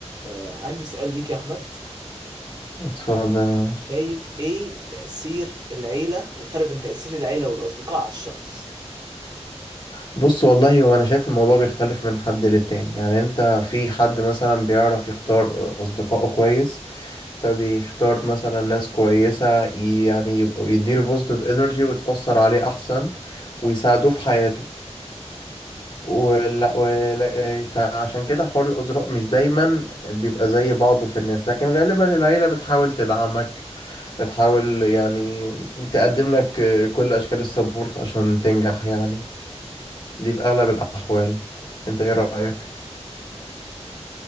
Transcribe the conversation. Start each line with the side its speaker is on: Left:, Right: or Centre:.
Right: آه، عندي سؤال ليك يا أحمد
Left: اتفضل
Right: شايف إيه تأثير العيلة الفرق بين تأثير العيلة والأصدقاء على الشخص
Left: بص والله هو انا شايف الموضوع بيختلف من حد للتاني يعني انت في حد مثلا بيعرف يختار اصدقائه كويس فبيختار مثلا ناس كويسة يعني يبقوا- يديله بوزيتيف انرجي وتأثر عليه احسن ويساعدوه في حياته ولا ولا فعشان كده حوار الاصدقاء مش دايما بيبقى زي بعضه في الناس لكن غالبا العيلة بتحاول تدعمك بتحاول يعني تقدم لك كل اشكال السبورت عشان تنجح يعني دي في اغلب الاحوال انت ايه رايك